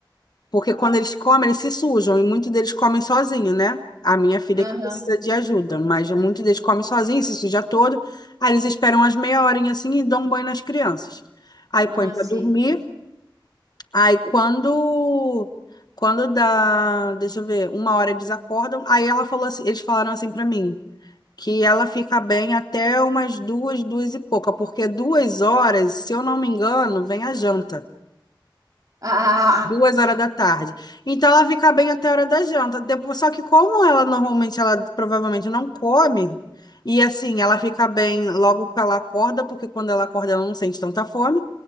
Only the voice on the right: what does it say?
aham.
Ah,
sim.
Ah, ah, ah,
ah.